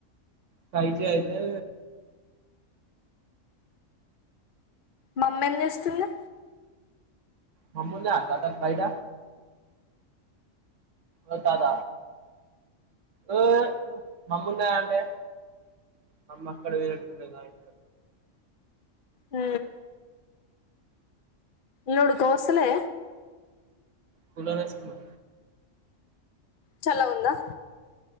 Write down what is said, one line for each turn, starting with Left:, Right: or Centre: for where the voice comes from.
Right: ఫై జీ అయితే
Left: మామ్మేం జేస్తుంది
Right: మమ్ముందాక్క బైట ఓ తాత ఓ మమ్మున్నదాంటే మమ్మక్కడ పోయినట్టునది
Left: ఊ నుడుకవోసలే
Right: కులారేస్కున్నా
Left: చళ్ళగుందా